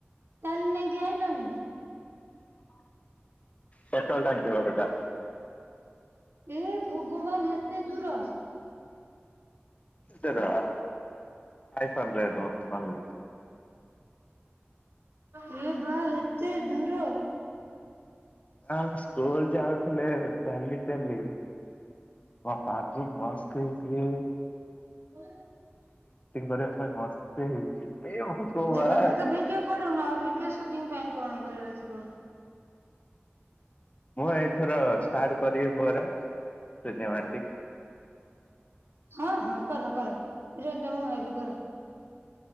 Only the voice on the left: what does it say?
ପେଟ୍ରୋଲ ଟାଙ୍କ
ଫାଇ୍ ହଣ୍ଡ୍ରେଡ ନ ଅନ୍ଲି
ଆଉ ସ୍କୁଲ ଯାଉଥିଲେ ଚାଲି ଚାଲି ଓ ପା ମସ୍ ହେଇି
କରିବା ପାଇଁ ମସ୍ତ ହେଇଛି ଏ ଭଗବାନ
ମୁଁ ଏଇଥର ଷ୍ଟାର୍ଟ କରିବି ପରେ ସୁ ମାଟି